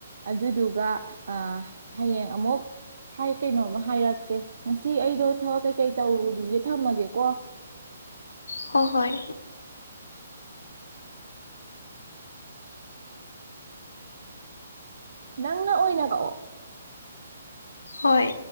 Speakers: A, on the right; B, on the left.
A: ꯑꯗꯨꯗꯨꯒ ꯍꯌꯦꯡ ꯑꯃꯨꯛ ꯀꯩꯅꯣꯃ ꯍꯥꯏꯔꯛꯀꯦ ꯉꯁꯤ ꯑꯩꯗꯣ ꯊꯕꯛ ꯀꯩꯀꯩ ꯇꯧꯔꯨꯈꯤꯒꯦ ꯊꯝꯃꯒꯦꯀꯣ
B: ꯍ ꯍꯣꯏ
A: ꯅꯪꯅ ꯑꯣꯏꯅ ꯀꯥꯛꯑꯣ
B: ꯍꯣꯏ